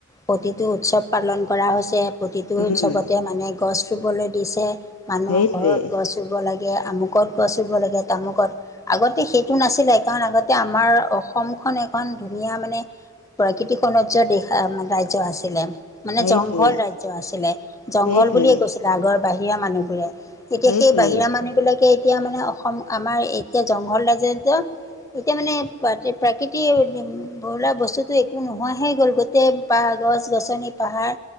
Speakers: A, on the left (about 15°); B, on the left (about 80°).
A: প্ৰতিটো উৎসৱ পালন কৰা হৈছে। প্ৰতিটো
B: উম
A: উৎসৱতে মানে গছ ৰুবলৈ দিছে, মানুহ
B: সেইটোৱেই
A: ঘৰত গছ ৰুব লাগে। গে আমুকত গছ ৰুব লাগে, তামুকত আগতে সেইটো নাছিলে, কাৰণ আগতে আমাৰ অসমখন এখন ধুনীয়া মানে প্ৰাকৃতিক সৌন্দৰ্যৰ দেশ, ৰাজ্য আছিলে। মানে
B: সেইটোৱেই
A: জংঘল ৰাজ্য আছিলে, জংঘল
B: সেইটোৱেই
A: বুলিয়ে কৈছিল আগৰ বাহিৰা মানুহবোৰে। এতিয়া
B: সেইটোৱেই
A: সেই বাহিৰা মানুহবিলাকে এতিয়া মানে অসম আমাৰ এতিয়া জংঘল <unintelligible> এতিয়া মানে প্ৰাকৃতি বোলা বস্তুটো একো নোহোৱাহে গ'ল, গোটেই পাহ, গছ-গছনি, পাহাৰ